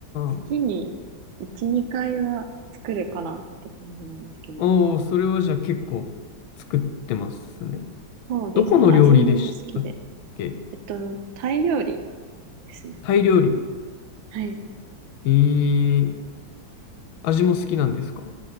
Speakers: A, on the right; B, on the left.
A: 月に1、
B: あ、
A: 2回は作るかなって感じなんですけど。
B: おーそれはじゃあ結構作ってますね。
A: そうですね。
B: どこの料理でしたっけ
A: 味も好きで。えっと、タイ料理ですね。
B: タイ料理。
A: はい。
B: えー、味も好きなんですか